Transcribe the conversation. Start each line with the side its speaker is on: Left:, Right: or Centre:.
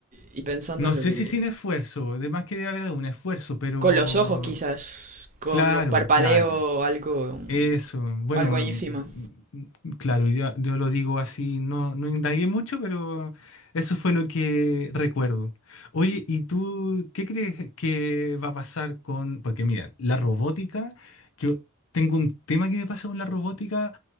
Right: y pensando
Left: No
Right: en
Left: sé
Right: lo que
Left: si
Right: quería.
Left: sin esfuerzo, además que debe haber algún esfuerzo, pero
Right: Con los ojos, quizás. Con
Left: claro,
Right: los parpadeos,
Left: claro.
Right: algo,
Left: Eso, bueno,
Right: algo ínfimo.
Left: em, mm, claro, yo, yo lo digo así, no, no indagué mucho, pero eso fue lo que recuerdo. Oye, ¿y tú qué crees que va a pasar con...? Porque mira, la robótica, yo tengo un tema que me pasa con la robótica,